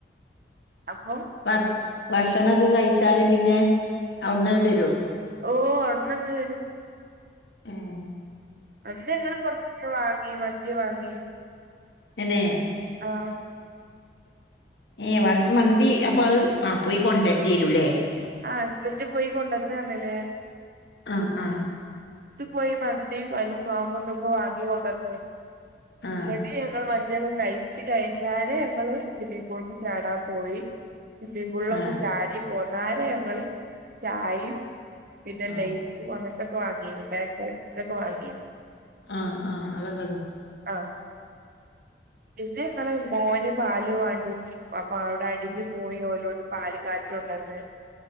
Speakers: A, on the right; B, on the left.
A: അപ്പൊ <unintelligible> <inaudible>
B: ഭ- ഭക്ഷണൊക്കെ കഴിച്ചാൽ പിന്നെ അവിടെന്ന് തന്നെ തരുവോ
A: ഓ അവിട്നന്നൻ തരും
B: ആഹ
A: അന്ന് ഞങ്ങൾ പുറത്തന്ന് വാങ്ങി മന്തി വാങ്ങി
B: തനെ <unintelligible>
A: ആഹ
B: ഏ മന്തി അപ്പൊ അത് ആ പോയി കൊണ്ടരേണ്ടി വരൂല്ലേ
A: ആ ഹസ്ബൻഡറ് ഇപ്പോ പോയി കൊണ്ടുവന്നില്ല
B: ആ ആ
A: ഇപ്പൊ യി മന്തി അൽഫാമും ന്തൊക്കെ വാങ്ങി കൊണ്ടന്ന്
B: ആ
A: ങ്ങട്ട് ഞങ്ങൾ ഇതൊക്കെ കയിച് കഴിഞ്ഞാരെ ഞങ്ങള് സിമ്മിങ് പൂൾക് ചാടാൻ പോയി സിമ്മിംഗ് പൂൾലൊക്കെ
B: ആ
A: ചാടി പോന്നാരെ ഞങ്ങള് ചായിം പിന്നെ
B: ആ
A: ലൈസും അങ്ങൻതൊക്ക വാങ്ങി <unintelligible> വാങ്ങി
B: ആ ആ അതൊക്കെ തന്നെ
A: ആ പിന്നെങ്ങള് മോന് പാൽ വാങ്ങി അപ്പ അവ്ടെ അടീല് പോയി ഓലോട് പാൽ കാ ച്ച്യൊണ്ടന്ന്